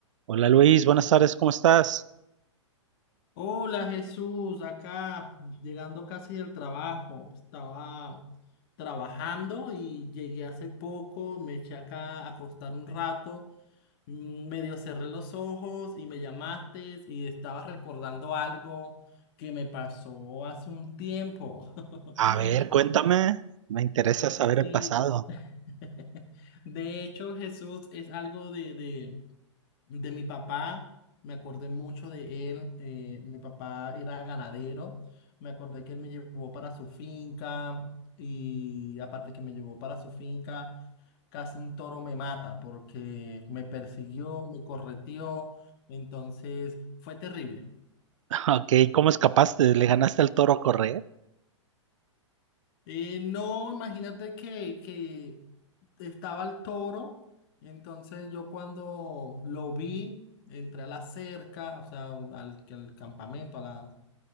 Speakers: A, on the right; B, on the left.
A: Hola Luis, buenas tardes, ¿cómo estás?
B: Hola Jesús, acá llegando casi del trabajo. Estaba trabajando y llegué hace poco, me eché acá a acostar un rato, mm, medio cerré los ojos y me llamaste y estaba recordando algo que me pasó hace un tiempo. <laughs>
A: A ver,
B: De,
A: cuéntame, me interesa saber el
B: sí.
A: pasado.
B: <laughs> De hecho, Jesús, es algo de, de- de mi papá, me acordé mucho de él. eh, mi papá era ganadero. Me acordé que él me llevó para su finca y aparte que me llevó para su finca, casi un toro me mata porque me persiguió, me correteó. Entonces fue terrible.
A: <laughs> Ok, ¿cómo escapaste? ¿Le ganaste al toro a correr?
B: Eh, no, imagínate que, que estaba el toro, y entonces yo cuando lo vi, entré a la cerca, o sea, un- al, al campamento, a la,